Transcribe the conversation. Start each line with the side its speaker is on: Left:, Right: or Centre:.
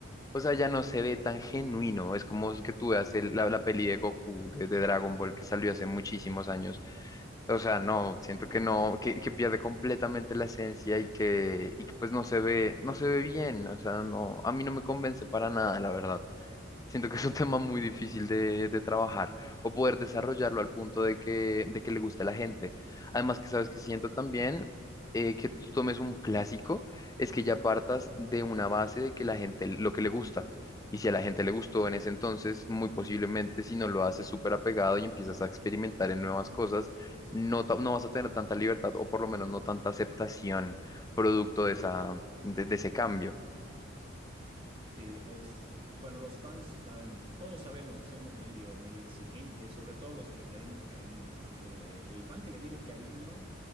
Left: O sea, ya no se ve tan genuino. Es como que tú veas el- la, la peli de Goku de, de Dragon Ball que salió hace muchísimos años. O sea, no, siento que no, que, que pierde completamente la esencia y que, y que pues no se ve, no se ve bien. O sea, no, a mí no me convence para nada, la verdad. Siento que es un tema muy difícil de, de trabajar o poder desarrollarlo al punto de que, de que le guste a la gente. Además que sabes que siento también eh, que tú tomes un clásico, es que ya partas de una base de que la gente lo que le gusta. Y si a la gente le gustó en ese entonces, muy posiblemente si no lo haces súper apegado y empiezas a experimentar en nuevas cosas, no, ta- no vas a tener tanta libertad o por lo menos no tanta aceptación producto de esa, de de ese cambio.
Right: Sí, es, bueno, los fans saben, todos sabemos que somos medio, medio exigentes, sobre todo los que le tenemos cariño, ¿no? Así como eh, el fan que le tiene cariño